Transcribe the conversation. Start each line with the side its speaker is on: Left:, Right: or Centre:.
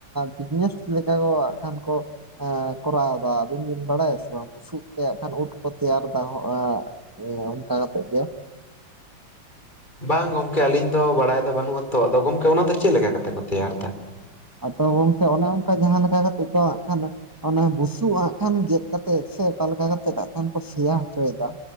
Right: ᱵᱤᱡᱽᱱᱮᱥ ᱞᱮᱠᱟ ᱠᱚ ᱟᱠᱷᱟᱱ ᱠᱚ ᱮ ᱠᱚᱨᱟᱣ ᱫᱟ ᱟᱵᱤᱱ ᱵᱤᱱ ᱵᱟᱲᱟᱭᱟ ᱥᱮ ᱵᱟᱝ ᱵᱩᱥᱩᱵ ᱛᱮ ᱠᱷᱟᱱ ᱩᱫ ᱠᱚ ᱛᱮᱭᱟᱨ ᱫᱟ ᱮᱸ ᱮᱸ ᱚᱱᱠᱟ ᱠᱟᱛᱮᱜ ᱜᱮ᱾
Left: ᱵᱟᱝ ᱜᱚᱢᱠᱮ ᱟᱞᱤᱧ ᱫᱚ ᱵᱟᱲᱟᱭ ᱫᱚ ᱵᱟᱹᱱᱩᱜ ᱟᱛᱚ, ᱟᱫᱚ ᱜᱚᱢᱠᱮ ᱚᱱᱟ ᱫᱚ ᱪᱮᱫ ᱞᱮᱠᱟ ᱠᱟᱛᱮ ᱠᱚ ᱛᱮᱭᱟᱨ ᱫᱟ?
Right: ᱟᱫᱚ ᱜᱚᱝᱠᱮ ᱚᱱᱮ ᱚᱝᱠᱟ ᱡᱟᱸᱦᱟ ᱞᱮᱠᱟ ᱠᱟᱛᱮᱜ ᱫᱚ ᱦᱟᱸᱜ ᱠᱷᱟᱱ᱾ ᱚᱱᱮ ᱵᱩᱥᱩᱵ ᱟᱸᱜ ᱠᱷᱟᱱ ᱜᱮᱫ ᱠᱟᱛᱮᱫ ᱥᱮ ᱚᱠᱟ ᱞᱮᱠᱟ ᱠᱟᱛᱮᱫ ᱟᱜ ᱠᱷᱟᱱ ᱠᱚ ᱥᱮᱭᱟ ᱦᱚᱪᱚᱭ ᱫᱟ᱾